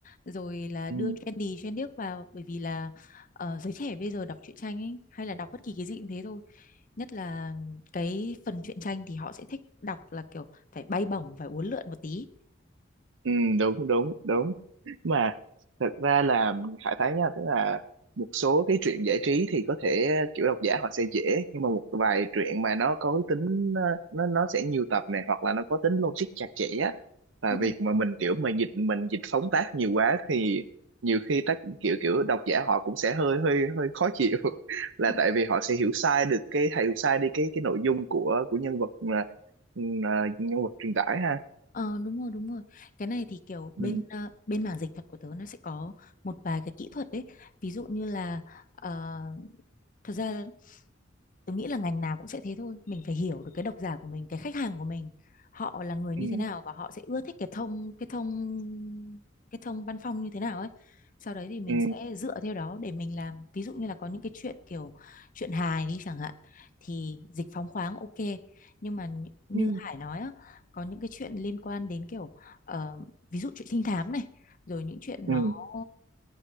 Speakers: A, on the left (about 45°); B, on the right (about 75°).
A: rồi là
B: Ừ.
A: đưa trendy trên điếc vào bởi vì là ờ, giới trẻ bây giờ đọc truyện tranh ấy, hay là đọc bất kỳ cái gì cũng thế thôi nhất là cái phần truyện tranh thì họ sẽ thích đọc là kiểu phải bay bổng phải uốn lượn một tí
B: Ừ, đúng đúng đúng mà thật ra là Hải thấy nha tức là một số cái truyện giải trí thì có thể kiểu độc giả họ sẽ dễ nhưng mà một vài truyện mà nó có cái tính ờ, nó nó sẽ nhiều tập này hoặc là nó có tính logic chặt chẽ á và
A: Ừ,
B: việc mà mình kiểu mà dịch mình dịch phóng tác nhiều quá thì nhiều khi tác kiểu kiểu độc giả họ cũng sẽ hơi hơi hơi khó chịu <laughs> là
A: ừ.
B: tại vì họ sẽ hiểu sai được cái hiểu sai đi cái cái nội dung của của nhân vật ờ, ừ, ờ, nhân vật truyền tải ha
A: Ờ đúng rồi đúng rồi cái này thì kiểu
B: ừ.
A: bên ờ, bên mảng dịch thuật của tớ nó sẽ có một vài cái kỹ thuật đấy ví dụ như là ờ, thật ra Tôi nghĩ là ngành nào cũng sẽ thế thôi, mình phải hiểu được cái độc giả của mình, cái khách hàng của mình, họ là người
B: Ừ.
A: như thế nào và họ sẽ ưa thích cái thông cái thông cái thông văn phong như thế nào ấy. Sau đấy thì mình
B: ừ
A: sẽ dựa theo đó để mình làm. Ví dụ như là có những cái chuyện kiểu chuyện hài đi chẳng hạn thì dịch phóng khoáng ok, nhưng mà nh- như
B: Ừ.
A: Hải nói á, có những cái chuyện liên quan đến kiểu ờ, ví dụ chuyện trinh thám này, rồi những chuyện
B: ừ
A: nó